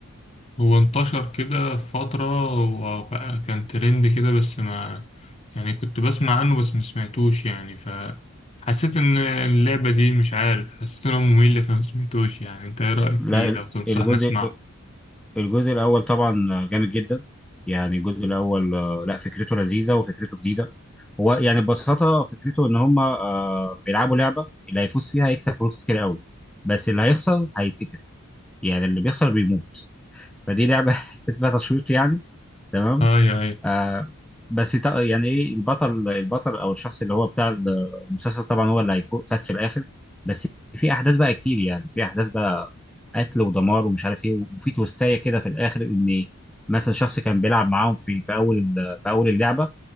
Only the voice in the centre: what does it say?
لا
الجزء
الجزء الاول طبعا جامد جدا يعني الجزء الاول آه، لا فكرته لذيذه وفكرته جديده هو يعني ببساطة فكرته إن هما آه بيلعبوا لعبة اللي هيفوز فيها هيكسب فلوس كتير قوي بس اللي هيخسر هيتقتل يعني اللي بيخسر بيموت فدي لعبة <laughs> تبقى تشويق يعني تمام
آه بس تا- يعني إيه البطل البطل أو الشخص اللي هو بتاع المسلسل طبعا هو اللي هيفوز في الآخر بس في أحداث بقى كتير يعني في أحداث بقى قتل ودمار ومش عارف إيه وفي توستاية كده في الآخر إن مثلا شخص كان بيلعب معاهم في في أول ال- في أول اللعبة